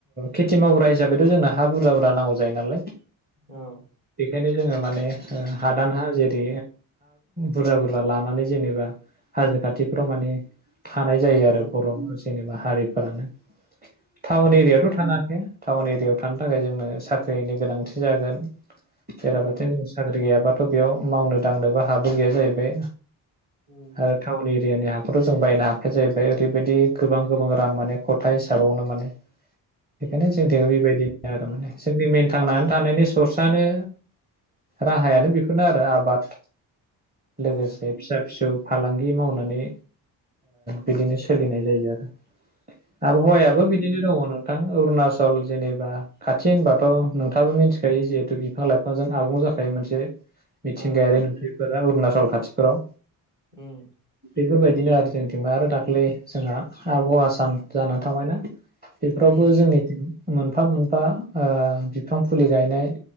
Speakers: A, on the right; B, on the right.
A: खेथि मावग्रा हिसाबैथ' जोंनो हा बुरजा बुरजा नांगौ जायो नालाय
B: औ
A: बेखायनो जोङो माने हादानहा जेरै बुरजा बुरजा लानानै जेनेबा हाजो खाथिफ्राव माने थानाय जायो आरो
B: उम
A: बर' जेनेबा हारिफोरानो टाउन
B: उम
A: एरियावथ' थानो हाखाया टाउन एरियाायाव थानो थाखाय जोंनो साख्रिनि गोनांथि जागोन बेेराबाथो
B: उम
A: साख्रि गैयाबा बाथ' बेयाव मावनो दांनोबो हाबो गैया जाहैबाय
B: उम
A: आरो थाउनि इरियानि हाखौथ' जों बायनो हाखाया जाहैबाय ओरैबायदि गोबां गोबां रां माने खथा हिसाबावनो माने बेखायनो जों दा बेबायदिनो आरो माने जोंनि मेन थांनानै थानायनि सर्सानो राहायानो बेफोरनो आरो आबाद लोगोसे
B: औ
A: फिसा फिसौ फालांगि दि मावनानै बिदिनो सोलिनाय जायो आरो आबहावायाबो
B: उम
A: बिदिनो दङ नों थां अरुणाचल जेनेबा खाथि होनबाथ' नोंथाङाबो मिथिखायो जिहेथु बिफां लाइफांजों आबुं जाखायो मोनसे मिथिंगायारि
B: औ औ
A: नुथाय अरुणाचल खाथिफोराव
B: उम।
A: बेफोरबायदिनो आरो जोंथिंना आरो दाख्लै जोंहा आबहावा सान जाना थांबायना। बेफोरावबो
B: उम
A: जोंनिथिं मोनफा मोनफा ओ बिफां फुलि गायनाय